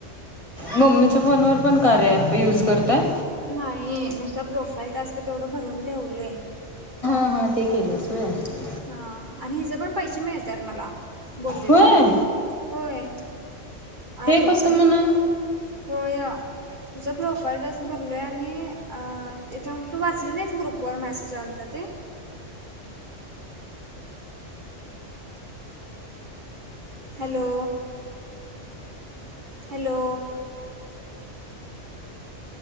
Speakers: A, on the left (about 25°); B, on the right (about 40°).
A: मम्मीच्या फोनवर पण कार्य ॲप युज करताय.
B: नाही नुसता प्रोफाईल टास्क तेवढं भरून ठेवलोय.
A: हा ते केलंस होय.
B: हा, आणि हिचे पण पैसे मिळतात, मला बोलेलं
A: होय
B: मी. होय,
A: हे
B: आठ रुपये
A: कसं म्हणा
B: होय. तुझा प्रोफाईल टास्क भरलोय, आणि तिथं तू वाचली नाहीच ग्रुपवर मॅसेज आलता ते, hello. Hello.